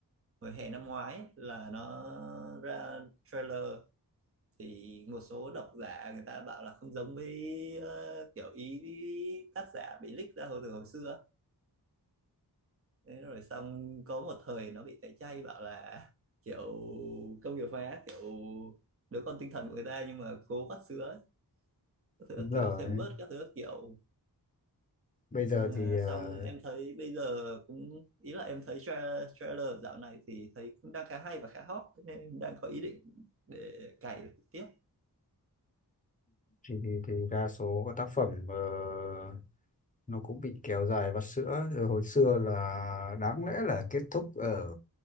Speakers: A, on the right (about 35°); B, on the left (about 20°).
A: hồi hè năm ngoái ấy, là nó ra trailer thì một số độc giả người ta bảo là không giống với ờ, kiểu ý tác giả bị leak ra hồi từ hồi xưa thế rồi xong có một thời nó bị tẩy chay bảo là kiểu công nghiệp hóa kiểu đứa con tinh thần của người ta nhưng mà cố vắt sữa ấy, các thứ
B: đúng
A: các
B: rồi
A: kiểu thêm bớt các thứ các kiểu
B: bây giờ
A: nhưng mà
B: thì ờ,
A: xong em thấy bây giờ cũng ý là em thấy tra- trailer dạo này thì thấy cũng đang khá hay và khá hot Thế nên em đang có ý định để cày tiếp
B: thì thì, thì đa số các tác phẩm ờ, nó cũng bị kéo dài vắt sữa rồi hồi xưa là đáng lẽ là kết thúc ở